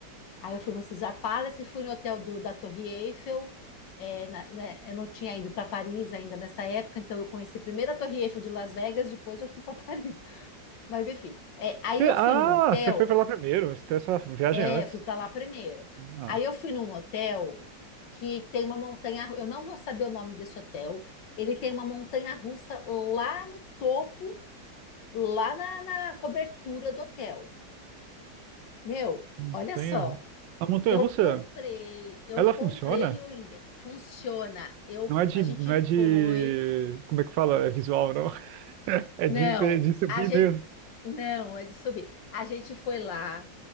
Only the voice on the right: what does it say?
Você-
ah,
você foi pra lá primeiro. Você tem essa viagem
antes.
Ah,
montanha.
A montanha
russa.
Ela
funciona?
Não é de,
não é
de, como é que fala? É visual, não? <laughs> É
de, é de subir
mesmo.